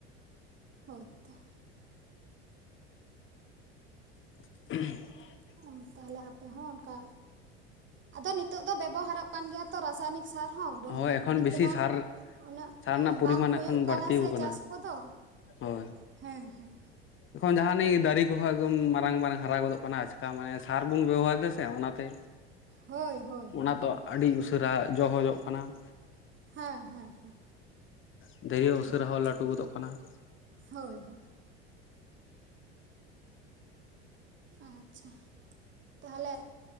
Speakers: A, on the right; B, on the left.
A: ᱦᱳᱭᱛᱚ ᱾
B: <unintelligible>
A: ᱩᱴᱚᱱ ᱛᱟᱦᱚᱞᱮ ᱟᱯᱮ ᱦᱚᱸ ᱚᱱᱠᱟ ᱟᱫᱚ ᱱᱤᱛᱚᱜ ᱫᱚ ᱵᱮᱵᱚᱦᱟᱨᱚᱜ ᱯᱟᱱ ᱜᱮᱭᱟ ᱛᱚ ᱨᱟᱥᱟᱭᱱᱤᱠ ᱥᱟᱨ ᱦᱚᱸ ᱰᱟᱹᱝᱨᱤ
B: ᱦᱳᱭ ᱮᱠᱷᱚᱱ
A: ᱜᱩᱨᱤᱡ
B: ᱵᱮᱥᱤ
A: ᱛᱮᱢᱟ
B: ᱥᱟᱨ
A: ᱩᱱᱟᱹᱜ
B: ᱥᱟᱨ ᱨᱮᱱᱟᱜ ᱯᱚᱨᱤᱢᱟᱱ
A: ᱵᱟᱝ ᱦᱩᱭᱩᱜ
B: ᱮᱠᱷᱚᱱ ᱵᱟᱹᱲᱛᱤ
A: ᱠᱟᱱᱟ
B: ᱟᱠᱟᱱᱟ
A: ᱥᱮ ᱪᱟᱥ ᱠᱚᱫᱚ
B: ᱦᱳᱭ
A: ᱦᱮᱸ ᱦᱮᱸ,
B: ᱮᱠᱷᱚᱱ ᱡᱟᱦᱟᱱᱤᱡ ᱫᱟᱨᱮ ᱠᱚᱦᱚᱸ ᱮᱠᱫᱚᱢ ᱢᱟᱨᱟᱝ ᱢᱟᱨᱟᱝ ᱦᱟᱨᱟ ᱜᱚᱫᱚᱜ ᱠᱟᱱᱟ ᱟᱪᱠᱟ ᱢᱟᱱᱮ ᱥᱟᱨ ᱵᱚᱱ ᱵᱮᱵᱚᱦᱟᱨ ᱫᱮᱥᱮ ᱚᱱᱟᱛᱮ
A: ᱦᱳᱭ ᱦᱳᱭ ᱦᱳᱭ
B: ᱚᱱᱟ ᱛᱚ
A: ᱦᱳᱭ
B: ᱟᱹᱰᱤ ᱩᱥᱟᱹᱨᱟ ᱡᱚ ᱦᱚ ᱡᱚᱜ ᱠᱟᱱᱟ ᱾
A: ᱦᱮᱸ ᱦᱮᱸ ᱦᱮᱸ
B: <unintelligible>
A: ᱴᱷᱤᱠ
B: ᱩᱥᱟᱹᱨᱟ
A: ᱜᱮᱭᱟ
B: ᱦᱚᱸ ᱠᱟᱹᱴᱩ ᱜᱚᱫᱚᱜ ᱠᱟᱱᱟ ᱾
A: ᱦᱳᱭ ᱦᱳᱭ, ᱟᱪᱪᱷᱟ, ᱛᱟᱦᱚᱞᱮ